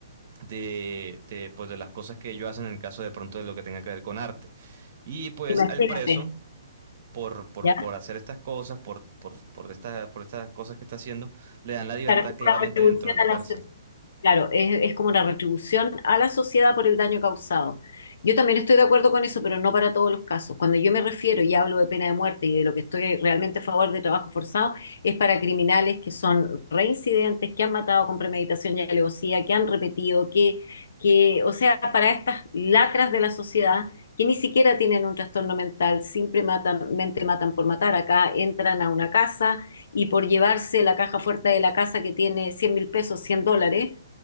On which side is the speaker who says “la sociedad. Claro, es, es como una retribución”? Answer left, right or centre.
Left